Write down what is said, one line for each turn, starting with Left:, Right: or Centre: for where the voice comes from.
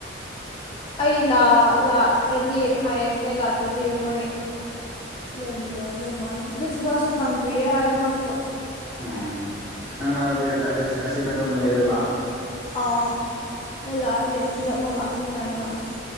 Left: ꯑꯩ ꯂꯥꯛ ꯂꯥꯛꯇ꯭ꯔꯗꯤ ꯍꯥꯏꯌꯦ ꯑꯩ ꯂꯥꯛꯇ꯭ꯔꯗꯤ
Centre: ꯎꯝ
Left: ꯃꯣꯏ ꯂꯩꯃꯤꯟꯅꯩꯗꯧ ꯃꯥꯜꯂꯦ ꯑꯗꯨ ꯊꯕꯛꯁꯨ ꯐꯪꯗ꯭ꯔꯤꯌꯦ ꯍꯥꯏꯌꯦ ꯃꯥꯁꯨ
Centre: ꯎꯝ ꯅꯪ ꯂꯥꯛꯑꯗꯤ ꯑ ꯑꯁꯤꯗ ꯗꯨꯝ ꯂꯩꯗꫭꯏꯕ
Left: ꯑꯥ ꯑꯩ ꯂꯥꯛꯑꯗꯤ ꯑꯗꯨꯗ ꯑꯃꯨꯛ ꯂꯥꯛꯀꯅꯤꯍꯥꯏ ꯃꯥꯅ